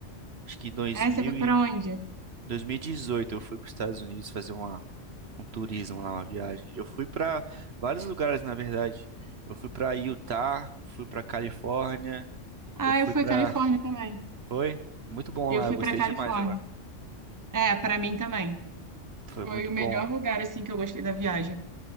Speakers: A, on the right; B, on the right.
A: acho que em dois
B: É,
A: mil
B: você foi
A: e
B: pra onde?
A: dois mil e dezoito, eu fui para os Estados Unidos fazer uma, um turismo lá, uma viagem. Eu fui para vários lugares, na verdade. Eu fui para Utah, fui para Califórnia,
B: Ah,
A: eu fui
B: eu fui
A: para...
B: Califórnia também.
A: Foi? Muito bom
B: Eu
A: lá,
B: fui
A: eu gostei
B: pra Califórnia.
A: demais de lá.
B: É, pra mim também.
A: Foi
B: Foi
A: muito
B: o melhor
A: bom.
B: lugar assim que eu gostei da viagem.